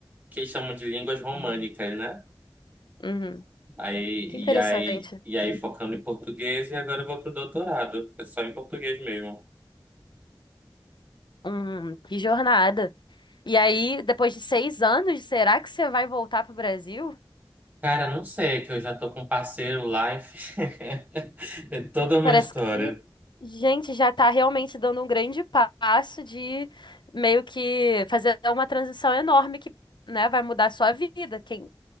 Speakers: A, on the right; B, on the left.
A: que eles chamam de línguas românicas,
B: uhum.
A: né?
B: Uhum.
A: Aí,
B: Que interessante.
A: e aí, e aí focando em português e agora eu vou pro doutorado, é só em português mesmo.
B: Hum, que jornada. E aí, depois de seis anos, será que você vai voltar para o Brasil?
A: Cara, não sei, que eu já tô com um parceiro lá, enfim. <laughs> É toda uma
B: Parece
A: história.
B: que, gente, já está realmente dando um grande passo de meio que fazer uma transição enorme que, né, vai mudar a sua vida. Quem,